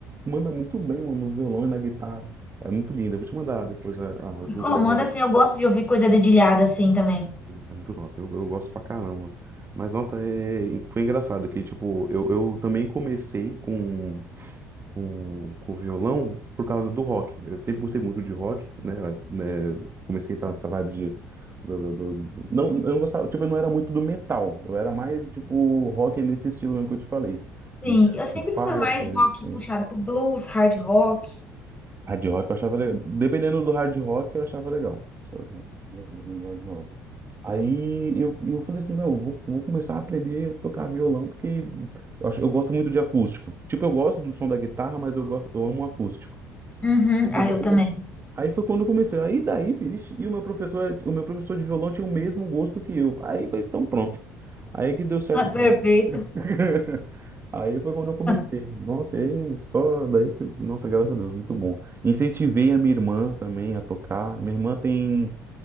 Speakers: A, on the right; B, on the left.
A: manda muito bem mano, no violão e na guitarra. É muito lindo, eu vou te mandar depois a, a, o link
B: Oh,
A: dessa
B: manda assim, eu gosto de ouvir coisa dedilhada assim também.
A: é muito top, eu, eu gosto pra caramba. Mas, nossa, é- foi engraçado que, tipo, eu, eu também comecei com, com, com violão por causa do rock. Eu sempre gostei muito de rock, né? É, comecei a entrar nessa vibe de... do- do- do- Não, eu não gostava, tipo, eu não era muito do metal. Eu era mais, tipo, rock nesse estilo mesmo que eu te falei,
B: Sim,
A: né?
B: eu sempre
A: O Fighters,
B: fui mais rock puxada pro blues, hard rock.
A: hard rock eu achava legal. Dependendo do hard rock, eu achava legal. Dependendo do hard rock. Aí eu, eu falei assim, meu, eu vou, vou começar a aprender a tocar violão, porque eu acho, eu gosto muito de acústico. Tipo, eu gosto do som da guitarra, mas eu gosto, eu amo o acústico.
B: Uhum,
A: Eu falei, assim,
B: ah,
A: vou
B: eu
A: começar.
B: também.
A: Aí foi quando eu comecei. Aí daí, vixe, e o meu professor, o meu professor de violão tinha o mesmo gosto que eu. Aí foi, então pronto. Aí que deu certo
B: Ah, perfeito.
A: mesmo. <laughs> Aí foi quando eu comecei.
B: <laughs>
A: Nossa, aí só daí, nossa, graças a Deus, muito bom. Incentivei a minha irmã também a tocar. Minha irmã tem